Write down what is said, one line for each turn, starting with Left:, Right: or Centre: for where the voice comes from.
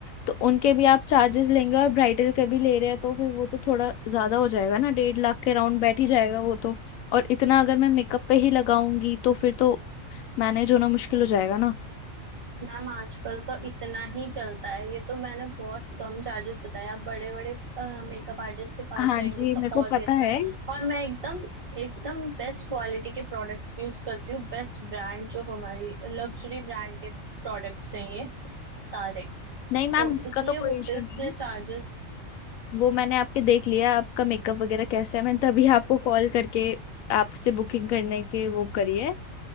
Left: तो उनके भी आप चार्जेस लेंगे और ब्राइडल के भी ले रहे हैं तो फिर वो तो थोड़ा ज्यादा हो जाएगा ना डेढ़ लाख के राउंड बैठ ही जाएगा वो तो और इतना अगर मैं मेकअप पे ही लगाऊंगी तो फिर तो मैनेज होना मुश्किल हो जाएगा ना
Right: मैम आजकल तो इतना ही चलता है ये तो मैंने बहुत कम चार्जेस बताया आप बड़े बड़े मेकअप आर्टिस्ट के पास
Left: हाँ
Right: जाएंगे
Left: जी मेरे
Right: तो
Left: को
Right: और
Left: पता
Right: भी अच्छा
Left: है
Right: और मैं एकदम एकदम बेस्ट क्वालिटी के प्रोडक्ट्स यूज करती हूँ बेस्ट ब्रांड जो हमारी लग्जरी ब्रांड के प्रोडक्ट्स हैं ये सारे
Left: नहीं मैम
Right: तो
Left: उसका
Right: इसलिए
Left: तो कोई
Right: वो
Left: इशू
Right: इसलिए
Left: नहीं है
Right: चार्जेस
Left: वो मैंने आपके देख लिया आपका मेकअप वगैरह कैसा है मैंने तभी आपको कॉल करके आपसे बुकिंग करने के वो करी है